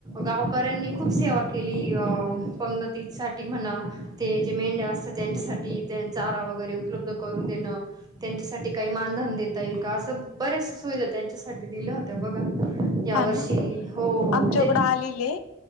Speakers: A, on the right; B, on the left.
A: गावकऱ्यांनी खूप सेवा केली अ पंगत. ति सा म्हणा ते जे मेंढ्या असतात त्यांच्यासाठी त्यां चारा वगैरे उपलब्ध करून देणं त्यांच्यासाठी काही मानधन देता येईल का असं बऱ्याच सुविधा त्यांच्यासाठी दिल्या होत्या बघा. या
B: हा
A: वर्षी
B: ना
A: हो हो
B: आमच्याकडं
A: म्हणजे
B: आलेले